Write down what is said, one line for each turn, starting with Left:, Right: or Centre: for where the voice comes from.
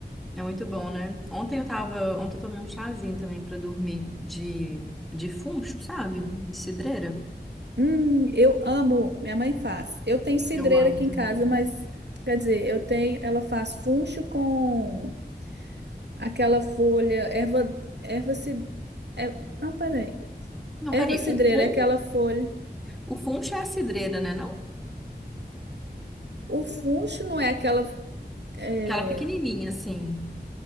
Centre: é muito bom, né? Ontem eu tava, ontem eu tomei um chazinho também pra dormir de de funcho, sabe? De cidreira.
Right: Hum, eu amo. Minha mãe faz. Eu tenho cidreira
Centre: Eu amo
Right: aqui
Centre: também.
Right: em casa, mas quer dizer, eu tenho, ela faz funcho com aquela folha, erva, erva cid, é, não, peraí.
Centre: Não,
Right: Erva
Centre: peraí,
Right: cidreira
Centre: o fun,
Right: é aquela folha.
Centre: o funcho é a cidreira, né, não?
Right: O funcho não é aquela é,
Centre: Aquela pequenininha assim.